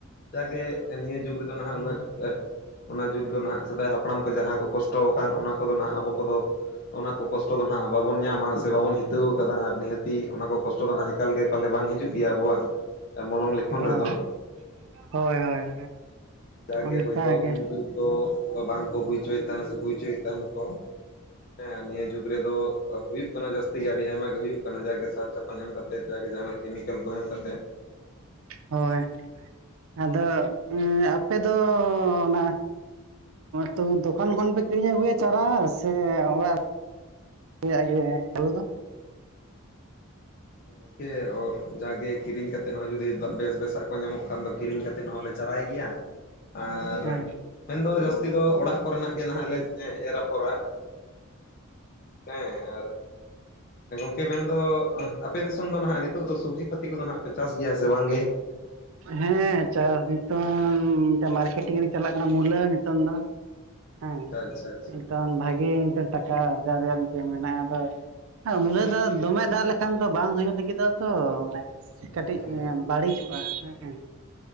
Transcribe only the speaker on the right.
ᱦᱳᱭ
ᱦᱳᱭ ᱦᱳᱭ᱾
ᱚᱱᱠᱟ
ᱜᱮ
ᱦᱳᱭ ᱟᱫᱚ ᱟᱯᱮ ᱫᱚ ᱚᱱᱟ ᱛᱚ ᱫᱚᱠᱟᱱ ᱠᱷᱚᱱ ᱯᱮ ᱠᱤᱨᱤᱧ ᱟᱹᱜᱩᱭᱟ ᱪᱟᱨᱟ ᱥᱮ ᱚᱲᱟᱜ ᱤᱭᱟᱹ <inaudible> ᱫᱚ
ᱦᱮᱸ
ᱦᱮᱸ ᱪᱟᱥ ᱱᱤᱛᱚᱝ ᱢᱟᱨᱠᱮᱴᱤᱝ ᱨᱮ ᱪᱟᱞᱟᱜ ᱠᱟᱱᱟ ᱢᱩᱞᱟᱹ ᱱᱤᱛᱚᱝ ᱫᱚ
ᱦᱮᱸ
ᱤᱛᱚᱱ ᱵᱷᱟᱜᱤ <unintelligible> ᱴᱟᱠᱟ ᱟᱨᱡᱟᱣ ᱨᱮᱭᱟᱜ ᱢᱤᱫᱴᱤᱝ ᱢᱮᱱᱟᱜᱼᱟ ᱟᱫᱚ ᱢᱩᱞᱟᱹ ᱫᱟᱜ ᱫᱚᱢᱮ ᱫᱟᱜ ᱞᱮᱠᱷᱟᱱ ᱫᱚ ᱵᱟᱝ ᱦᱩᱭᱩᱜ ᱞᱟᱹᱜᱤᱫ ᱫᱚ ᱛᱚ ᱢᱟᱱᱮ ᱠᱟᱹᱴᱤᱡ
ᱵᱟᱹᱲᱤᱡᱚᱜᱼᱟ ᱦᱮᱸ᱾